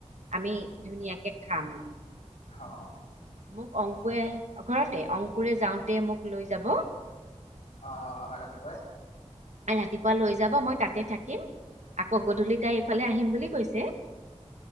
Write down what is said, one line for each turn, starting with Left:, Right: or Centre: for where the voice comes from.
Right: আমি ধুনীয়াকে খাম।
Left: অঁ',
Right: মোক অংকুৰে ঘৰতে অংকুৰে যাওঁতে মোক লৈ যাব।
Left: অ' ৰাতিপুৱাই
Right: ৰাতিপুৱা লৈ যাব মই তাতে থাকিম আকৌ গধূলি তাই এইফালে আহিম বুলি কৈছে।